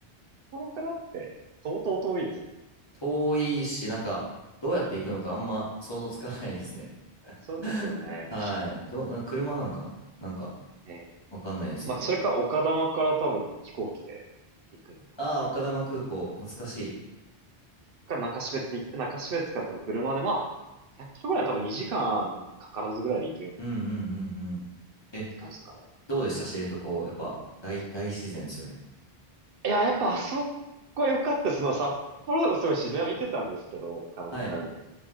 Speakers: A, on the right; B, on the left.
A: そこからって相当遠いですよね。
B: 遠いし、なんか、どうやって行くのかあんま想像つかないですね。
A: そうですよね。
B: <laughs> はい。どう、な車なんかななんか、
A: えー
B: わかんないですけど。
A: まあ、それか丘珠から多分飛行機で行くのかな。
B: ああ、丘珠空港、懐かしい。
A: か、中標津行って、中標津から多分車で、まあ、100キロぐらいは多分2時間かからずぐらいで行けるっ
B: うんうんうんうん。え、
A: て感じですかね。
B: どうでした知床。やっぱ、大、大自然ですよね。
A: いや、やっぱあそこ良かったです。その札幌でもすごい自然は見てたんですけど、他の北海道で。
B: はい。